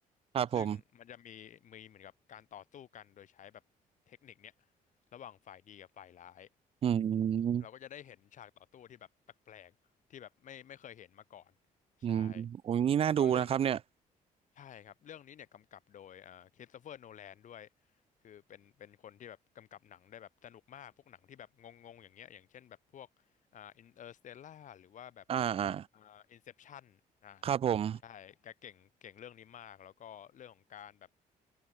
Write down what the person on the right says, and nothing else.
ครับผม
อืม
อืมโอ้ยนี่น่าดูนะครับเนี่ย
อ่าอ่า
ครับผม